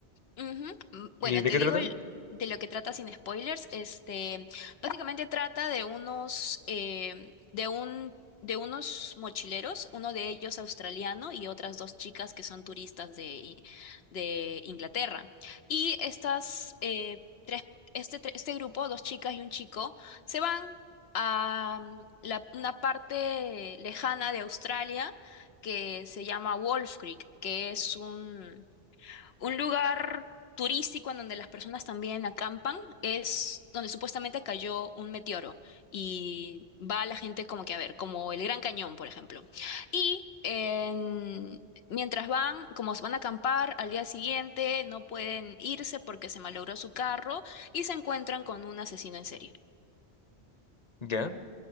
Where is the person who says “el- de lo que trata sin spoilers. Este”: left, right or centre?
Left